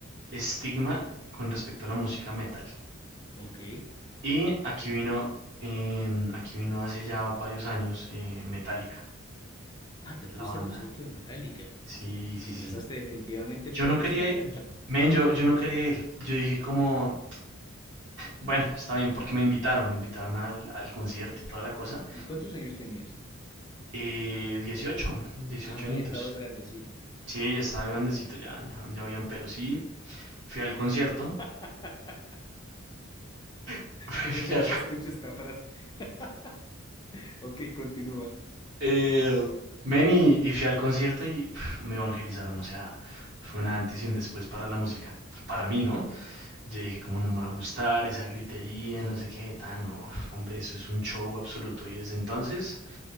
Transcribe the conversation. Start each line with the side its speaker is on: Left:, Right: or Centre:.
Right: estigma con respecto a la música metal.
Left: Ok.
Right: Y aquí vino, em, aquí vino hace ya varios años, eh, Metallica,
Left: Ah, te fuiste
Right: la banda.
Left: al concierto de Metallica.
Right: Sí, sí,
Left: Empezaste
Right: sí.
Left: definitivamente fuerte.
Right: Yo no quería ir, men, yo, yo no quería ir. Yo dije como, bueno, está bien, porque me invitaron, me invitaron al, al concierto y toda la cosa.
Left: <laughs> ¿Y cuántos años tenías?
Right: Eh, 18, 18
Left: Ah, no,
Right: añitos.
Left: ya estabas grandecito.
Right: Sí, ya estaba grandecito, ya, ya, ya habían pelos. Y fui al concierto.
Left: <laughs>
Right: <laughs> Fui
Left: Primera vez
Right: al co-
Left: que escucho esta frase. <laughs> Ok, continúa.
Right: eh, Ven y, y fui al concierto y pf, me evangelizaron. O sea, fue un antes y un después para la música. Para mí, ¿no? Yo dije, como no me va a gustar esa gritería, no sé qué, tan, no, hombre, eso es un show absoluto. Y desde entonces